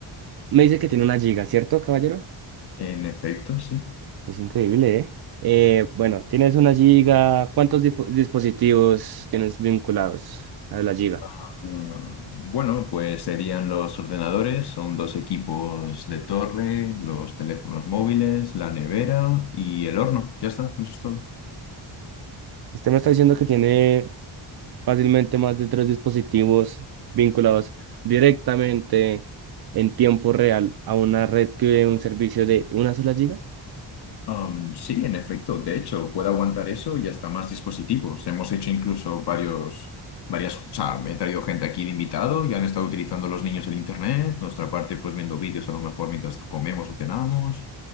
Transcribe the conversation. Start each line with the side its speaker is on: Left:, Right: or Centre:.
Right: me dice que tiene una giga, ¿cierto, caballero?
Left: en efecto, sí.
Right: Es increíble, ¿eh? Eh, bueno, tienes una giga. ¿Cuántos dispo- dispositivos tienes vinculados a la giga?
Left: Ah, Bueno, pues serían los ordenadores, son dos equipos de torre, los teléfonos móviles, la nevera y el horno. Ya está, eso es todo.
Right: Usted me está diciendo que tiene fácilmente más de tres dispositivos vinculados directamente en tiempo real a una red que dé un servicio de una sola giga.
Left: Am, sí, en efecto, de hecho, puede aguantar eso y hasta más dispositivos. Hemos hecho incluso varios, varias, o sea, me he traído gente aquí de invitado y han estado utilizando los niños el internet, nuestra parte pues viendo vídeos a lo mejor mientras comemos o cenamos.